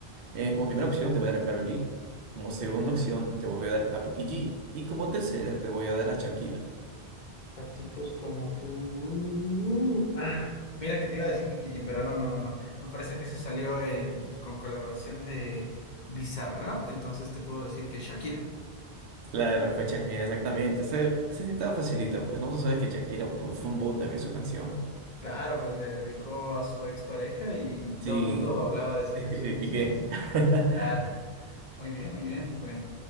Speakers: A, on the right; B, on the left.
A: Eh, como primera opción te voy a dar a Karol G, como segunda
B: Ya,
A: opción te voy a dar a Becky G y como tercera te voy a dar a Shakira.
B: a tipos como tú. Ah, Mira que te iba a decir Vicky G, pero no, no, no, no. Me parece que ese salió en- con colaboración de Bizarrap, entonces te puedo decir que Shakira.
A: Claro, fue Shakira, exactamente. Esa, esa sí estaba facilita, pues no tú sabes que Shakira fue, fue un boom también su canción.
B: Claro, pues le dedicó a su expareja y todo
A: Sí,
B: el mundo hablaba de esa
A: <laughs>
B: canción.
A: Piqué.
B: Sí, sí, sí.
A: <laughs>
B: Claro. Muy bien, muy bien. Bueno,